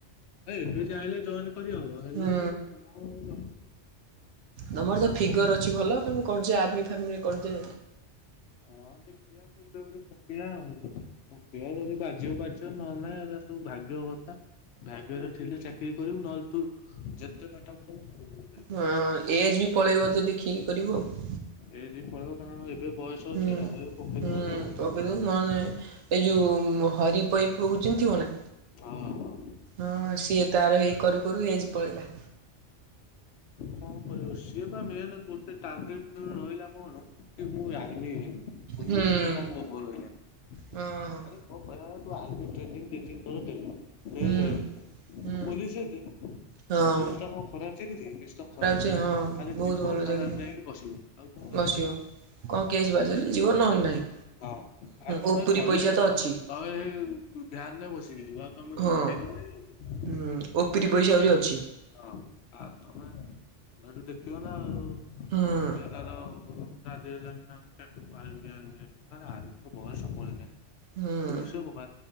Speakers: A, on the left; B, on the right.
A: ଆ ଏବେ ଚାହିଁଲେ ଜଏନ କରିହବ ହେଲେ
B: ହୁଁ
A: କଣ ଆଉ
B: ତମର ତ ଫିଗର ଅଛି ଭଲ ତମେ କରଯା ଆର୍ମି ଫାର୍ମିରେ କରଦେ।
A: ହଁ ଦେଖିଆ। କଉଠେ ଗୁରେ ପକେଇଆ ପକେଇଆ ଯଦି ବାଜିବ -ବାଜିବ ନହେଲେ ନାହିଁ ଏରା ସବୁ ଭାଗ୍ୟ ଭାଗ୍ୟରେ ଥିଲେ ଚାକିରି କରିବୁ ନହେଲେ ତୁ ଯେତେ ପାଠ ପଢ
B: ହଁ ଏଜ ବି ପଳେଇବ ତ ଦେଖିକି କରିବୁ ଆଉ।
A: ଏଜ ବି ପଳେଇବ କାରଣ ଏବେ ବୟସ ଅଛି
B: ହୁଁ
A: ନା ଏବେ ପକେଇଦବାଟା
B: ହୁଁ
A: ଭଲ।
B: ପକେଇ ଦବୁ ନ ହେଲେ ନ ଏଇ ଯଉଁ ହରିପଇପୁଅକୁ ଚିନ୍ ଥିବ ନା
A: ହଁ ହଁ
B: ହଁ ସିଏ ତାର ହେଇ କରୁ କରୁ ଏଜ ପଳେଇଲା।
A: କଣ କରବ ସିଏ ବା ମେନ ଗୋଟେ ଟାର୍ଗେଟ ରହିଲା କଣ କି ମୁଁ ଆର୍ମି ହେବି ପୋଲିସ
B: ହୁଁ।
A: ତାର ଲୋଭ ରହିଲାନି।
B: ହଁ ହଁ
A: ଆରେ ମୋ କହିବା କଥା ତୁ ଆର୍ମି ଟ୍ରେନିଂ ଦି ତିନ ଥର ଦେଲୁ। ଫେଲ୍‌
B: ହୁଁ
A: ହେଲୁ
B: ହୁଁ
A: ତୁ ପୋଲିସ ରେ ଦେ ପୋଲିସ
B: ହଁ
A: ଟା କଣ ଖରାପ ଚାକିରି। ଖରାପ
B: ସେ
A: ଚାକିରି
B: ହଁ
A: ଆରେ
B: ବହୁତ
A: ଯିବ
B: ଭଲ
A: ଥାନାରେ
B: ଚାକିରି
A: ଯାଇକି ବସିବ ଆଉ କଣ
B: ବସିବ। କଣ କେସ ବାସ ହେଲେ ଯିବ ନହେଲେ ନାହିଁ।
A: ହଁ ଆଉ ତମେ
B: ଓପରି
A: ଗଲେ
B: ପଇସା
A: ବି
B: ତ
A: କଣ
B: ଅଛି।
A: ତମେ ହେଇ ଭ୍ୟାନରେ ବସିକି ଯିବ ଆଉ ତମେ
B: ହଁ
A: କଣ ସାଇକଲ ରେ ଯାଉଛ।
B: ହୁଁ ଓପରିି ପଇସା ଆହୁରି ଅଛି।
A: ହଁ ଆଉ ତମେ ଏଠୁ ଦେଖିବ ନା ଆଉ
B: ହୁଁ।
A: ସେ ତାର ରାଜି ହେଲାଣି ଆର୍ମି ଆର୍ମି ହେବି ଆରେ ତୋ ବୟଷ ପଲେଇଲାଣି
B: ହୁଁ
A: ପୋଲିସ୍ ରେ ପକା